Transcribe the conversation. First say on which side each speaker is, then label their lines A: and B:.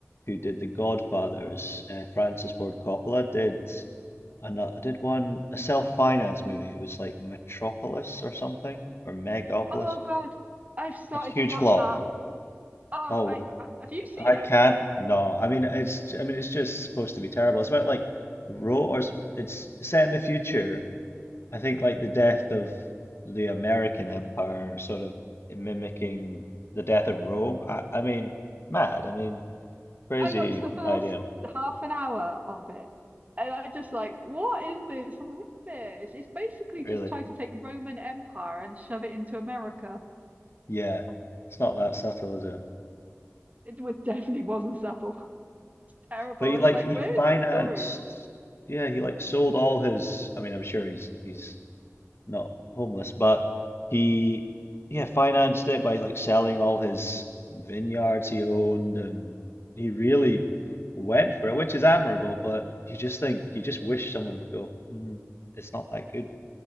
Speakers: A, on the left (about 55°); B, on the right (about 30°).
A: who did The Godfathers, uh, Francis Ford Coppola did another. I did one a self-finance movie. It was like Metropolis or something or Megapolis.
B: Oh God, I've started
A: It's a huge
B: to watch
A: flop.
B: that. Oh,
A: Oh,
B: I,
A: what-
B: I have you seen
A: I
B: it?
A: can't. No, I mean it's I mean it's just supposed to be terrible. It's about like ro or s- it's set in the future I think like the death of the American Empire, sort of mimicking the death of Rome. I, I mean, mad. I mean, crazy
B: I watched the first
A: idea,
B: half an hour of it, and I'm just like, what is this rubbish? It's basically
A: really.
B: just trying to take Roman Empire and shove it into America. <laughs>
A: Yeah, it's not that subtle, is it?
B: It definitely wasn't subtle. <laughs> Terrible.
A: But he
B: And
A: like
B: it's like,
A: he
B: where
A: financed.
B: is the story?
A: Yeah, he like sold all his. I mean, I'm sure he's he's not homeless, but he yeah financed it by like selling all his vineyards he owned, and he really went for it, which is admirable. But you just think you just wish someone would go, mm, it's not that good,